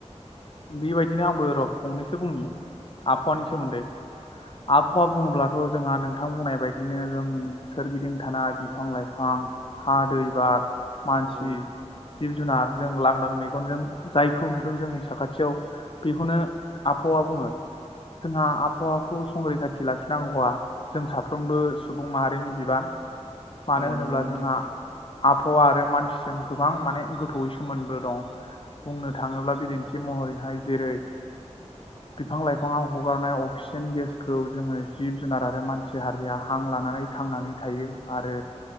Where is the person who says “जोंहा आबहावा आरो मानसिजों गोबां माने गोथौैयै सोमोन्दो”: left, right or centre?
Left